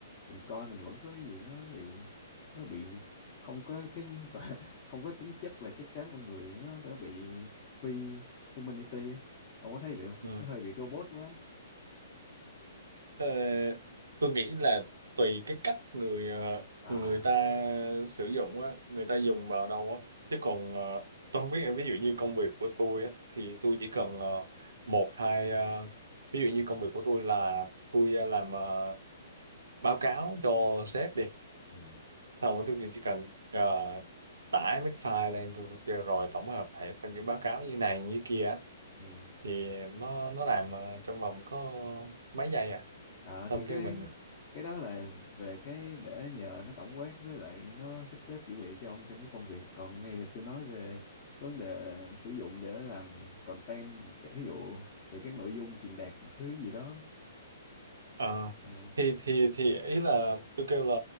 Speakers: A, on the left; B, on the right.
A: mình coi mình vẫn có cái gì nó bị nó bị không có cái <laughs> gọi là không có tính chất là chất xám con người nó đã bị phi humanity á. Ông có thấy vậy không?
B: ạ
A: Nó hơi bị robot quá.
B: Ờ, tôi nghĩ là tùy cái cách người ờ,
A: À,
B: người ta sử dụng á, người ta dùng vào đâu á. Chứ còn ờ, tôi không biết ví dụ như công việc của tôi á, thì tôi chỉ cần ờ, một hai ờ, ví dụ như công việc của tôi là tôi ờ, làm ờ, báo cáo cho sếp đi,
A: ừ,
B: xong rồi tôi chỉ cần ờ, tải mấy cái file lên tôi, tôi kêu rồi tổng hợp lại thành cái báo cáo như này như kia á,
A: ừ.
B: thì nó nó làm ờ, trong vòng có mấy giây à,
A: Ờ
B: xong
A: thì cái
B: cái mình
A: cái đó là về cái để nhờ nó tổng quát với lại nó sắp xếp dữ liệu cho ông trong cái công việc. Còn cái này là tôi nói về vấn đề sử dụng để làm content, cái ví dụ về các nội dung truyền đạt một cái thứ gì đó.
B: À,
A: À,
B: thì thì thì ý là tôi kêu là